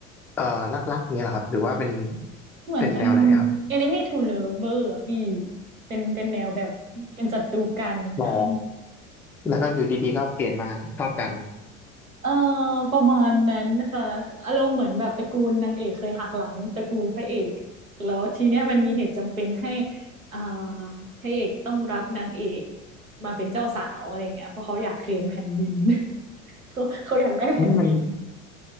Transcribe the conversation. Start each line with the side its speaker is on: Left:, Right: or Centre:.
Centre: เอ่อรักๆเนี่ยครับหรือว่าเป็น
Right: เหมือนเป็น้
Centre: เป็นแนวไหนครับ
Right: Enemy to Lover อะพี่เป็นเป็นแนวแบบเป็นศัตรูกันคือ
Centre: อ๋อแล้วก็อยู่ดีๆก็เปลี่ยนมาชอบกัน
Right: เออประมาณนั้นค่ะอารมณ์เหมือนแบบตระกูลนางเอกเคยหักหลังตระกูลพระเอกแล้วทีเนี้ยมันมีเหตุจำเป็นให้อ่าพระเอกต้องรับนางเอกมาเป็นเจ้าสาวอะไรเงี้ยเพราะเขาอยากเคลมแผ่นดิน <laughs> เขาเขาอยากได้แผ่นดิน
Centre: นี่มัน